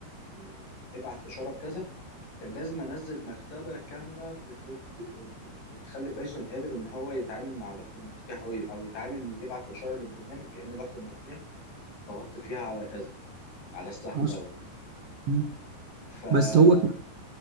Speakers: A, on the left; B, on the right.
A: ان ابعت اشاره بكذا كان لازم انزل مكتبه كامله بتت... بتخلي بايثون قادر ان هو يتعامل مع لوحه المفاتيح او او يتعامل يبعت اشاره للبرنامج كأن لوحه المفاتيح ضغطت فيها على كذا على السهم
B: اصلا
A: دوت
B: مم.
A: فمعاك
B: بس هو ك-